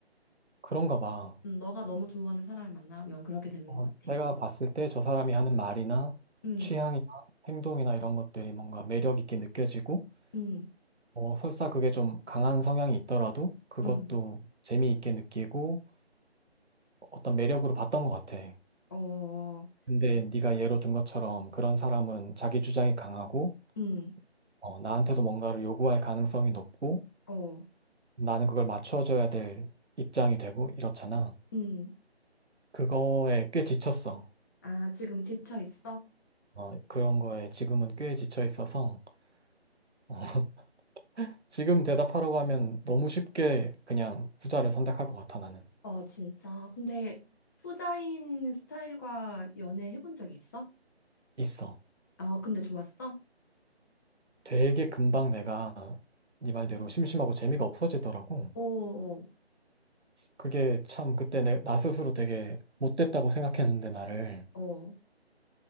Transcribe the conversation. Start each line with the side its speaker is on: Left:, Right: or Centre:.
Right: 그런가 봐.
Left: 음, 너가 너무 좋아하는 사람을 만나면 그렇게 되는
Right: 어,
Left: 것 같아.
Right: 내가 봤을 때 저 사람이 하는 말이나
Left: 음,
Right: 취향이나 행동이나 이런 것들이 뭔가 매력 있게 느껴지고,
Left: 음,
Right: 뭐 설사 그게 좀 강한 성향이 있더라도 그것도
Left: 음,
Right: 재미있게 느끼고 어떤 매력으로 봤던 것 같아.
Left: 어,
Right: 근데 네가 예로 든 것처럼 그런 사람은 자기 주장이 강하고,
Left: 음,
Right: 어, 나한테도 뭔가를 요구할 가능성이 높고,
Left: 어,
Right: 나는 그걸 맞춰줘야 될 입장이 되고 이렇잖아.
Left: 음.
Right: 그거에 꽤 지쳤어.
Left: 아, 지금 지쳐 있어?
Right: 어, 그런 거에 지금은 꽤 지쳐 있어서. 어, 지금 대답하라고 하면 너무 쉽게 그냥 후자를 선택할 것 같아, 나는.
Left: 어, 진짜. 근데 후자인 스타일과 연애 해본 적 있어?
Right: 있어.
Left: 어, 근데 좋았어?
Right: 되게 금방 내가 네 말대로 심심하고 재미가 없어지더라고.
Left: 어, 어,
Right: 그게 참 그때 내, 나 스스로 되게 못됐다고 생각했는데, 나를.
Left: 어,